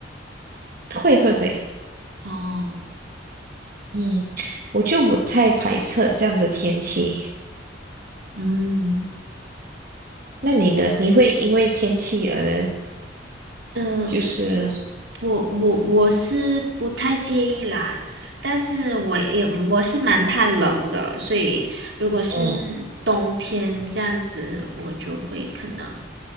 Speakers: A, on the right (about 50°); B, on the right (about 70°).
A: 会会会。
B: 哦。
A: 嗯，我就不太排斥这样的天气。
B: 嗯，
A: 那你呢？你会因为天气而
B: 呃，
A: 就是
B: 我我我是不太介意啦，但是我也我是蛮怕冷的，所以如果是
A: 嗯
B: 冬天这样子，我就会可能